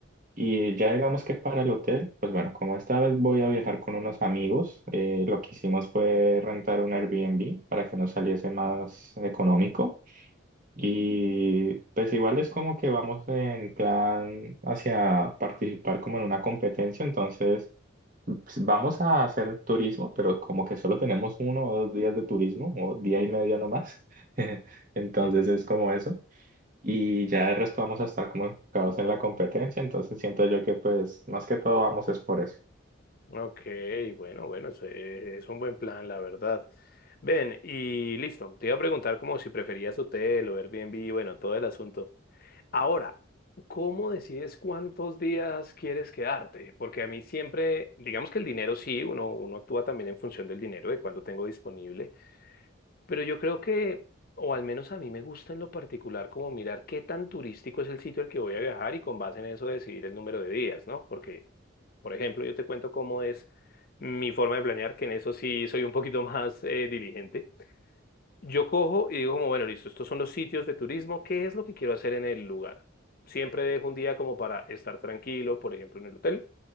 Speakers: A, on the right (about 40°); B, on the left (about 45°).
A: Y ya digamos que para el hotel, pues bueno, como esta vez voy a viajar con unos amigos, eh, lo que hicimos fue rentar un Airbnb para que nos saliese más económico. Y pues igual es como que vamos en plan hacia participar como en una competencia, entonces pues, vamos a hacer turismo, pero como que solo tenemos uno o dos días de turismo, o día y media nomás, <laughs> entonces
B: Mm,
A: es como eso. Y ya de resto vamos a estar como enfocados en la competencia, entonces siento yo que pues más que todo vamos es por eso.
B: ok, bueno, bueno, eso es, es un buen plan, la verdad. Ven, y listo, te iba a preguntar como si preferías hotel o Airbnb, bueno, todo el asunto. Ahora, ¿cómo decides cuántos días quieres quedarte? Porque a mí siempre, digamos que el dinero sí, uno, uno actúa también en función del dinero, de cuánto tengo disponible, pero yo creo que, o al menos a mí me gusta en lo particular, como mirar qué tan turístico es el sitio al que voy a viajar y con base en eso decidir el número de días, ¿no? Porque, por ejemplo, yo te cuento cómo es mi forma de planear, que en eso sí soy un poquito <laughs> más eh, diligente. Yo cojo y digo como, bueno, listo, estos son los sitios de turismo, ¿qué es lo que quiero hacer en el lugar? Siempre dejo un día como para estar tranquilo, por ejemplo, en el hotel,